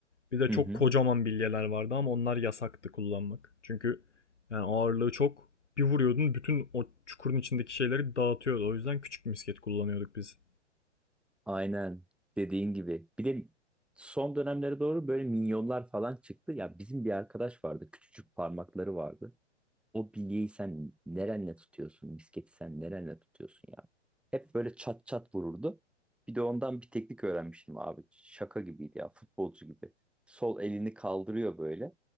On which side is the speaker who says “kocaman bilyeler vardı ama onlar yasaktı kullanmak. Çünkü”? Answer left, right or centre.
Left